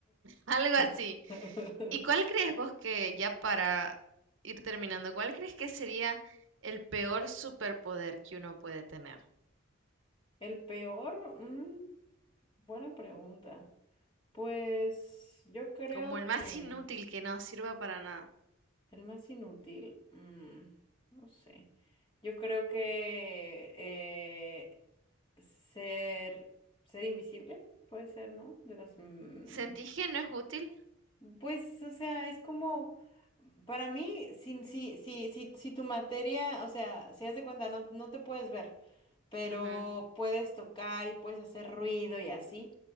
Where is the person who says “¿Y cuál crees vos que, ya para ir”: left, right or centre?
Right